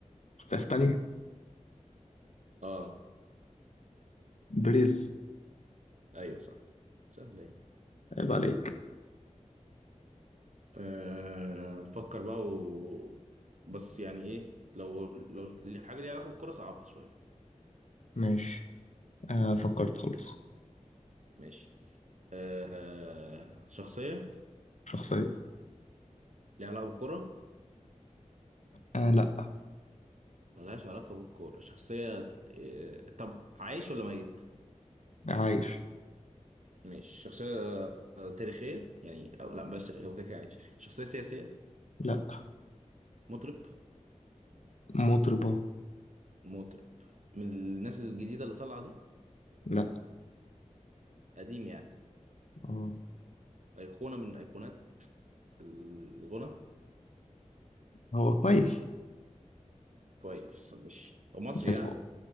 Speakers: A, on the left (about 65°); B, on the right (about 65°).
A: في أسبانيا
B: أه
A: بريز
B: أيوة صح سهلة يعني
A: عيب عليك
B: أه فكر بقى و... بس يعني إيه لو لو الحاجة ليها علاقة بالكورة صعبها شوية
A: ماشي آه فكرت خلاص
B: ماشي أه شخصية
A: شخصية
B: ليها علاقة بالكورة
A: آه لأ
B: ملهاش علاقة بالكورة شخصية أه طب عايش ولا ميت؟
A: عايش
B: ماشي شخصية آه، تاريخية يعني أو لا بلاش تاريخية هو كده كده عايش شخصية سياسية
A: لأ
B: مطرب
A: مطربة
B: مطرب من الناس الجديدة اللي طالعة دي
A: لأ
B: قديم يعني
A: آه
B: أيقونة من أيقونات الغنى
A: هو كويس
B: كويس ماشي ومصري
A: يعني
B: ها
A: هو